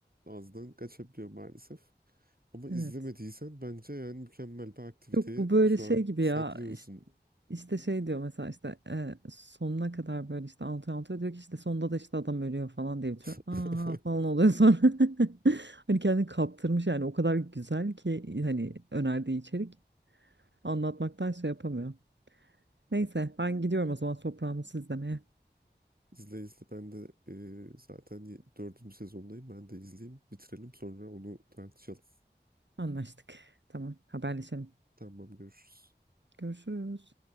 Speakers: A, on the right (about 55°); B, on the right (about 80°).
A: ağızdan kaçabiliyor maalesef. Ama izlemediysen
B: Evet.
A: bence yani mükemmel bir aktiviteyi
B: Yok bu böyle
A: şu
B: şey
A: an
B: gibi
A: saklıyorsun.
B: ya işte, işte şey diyor mesela işte e, sonuna kadar böyle işte anlatıyor anlatıyor diyor ki işte sonunda da işte adam ölüyor falan diye bitiriyor.
A: <laughs>
B: Aa falan oluyor sonra. <laughs> Hani kendini kaptırmış yani o kadar güzel ki hani önerdiği içerik. Anlatmaktansa yapamıyor. Neyse ben gidiyorum o zaman toprağımı izlemeye.
A: İzle izle ben de e, zaten ye- dördüncü sezondayım ben de izleyeyim bitirelim sonra onu tartışalım.
B: Anlaştık. Tamam haberleşelim.
A: Tamam görüşürüz.
B: Görüşürüz.